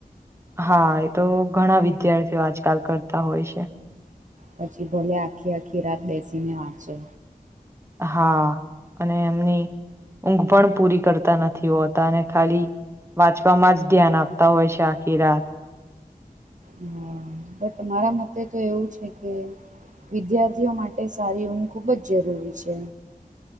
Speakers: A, on the right; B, on the right.
A: હા એ તો ઘણા વિદ્યાર્થીઓ આજકાલ કરતા હોય છે
B: પછી ભોલે આખી આખી રાત બેસીને વાંચે
A: હા અને એમની ઊંઘ પણ પૂરી કરતા નથી હોતા અને ખાલી વાંચવામાં જ ધ્યાન આપતા હોય છે આખી રાત
B: હા બટ તમારા મતે તો એવું છે કે વિદ્યાર્થીઓ માટે સારી ઊંઘ ખૂબ જ જરૂરી છે